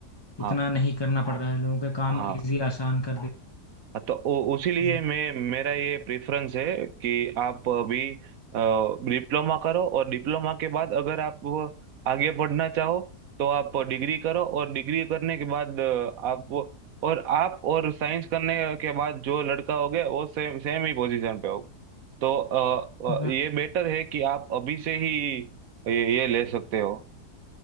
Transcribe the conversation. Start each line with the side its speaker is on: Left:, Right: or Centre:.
Left: इतना
Right: हाँ
Left: नहीं करना पड़ हाँ रहा है लोगों का काम
Right: हाँ
Left: इजी आसान कर दे
Right: तो उ- उसी लिए
Left: हाँ
Right: मैं मेरा ये प्रेफरेंस है कि आप अभी डिप्लोमा करो और डिप्लोमा के बाद अगर आप आगे पढ़ना चाहो तो आप डिग्री करो और डिग्री करने के बाद अ, आप और आप और साइंस करने के बाद जो लड़का हो गया वो सेम सेम ही पोजीशन पे हो तो अ,
Left: हम्म,
Right: अ,
Left: हाँ
Right: ये बेटर है कि आप अभी से ही ये, ये ले सकते हो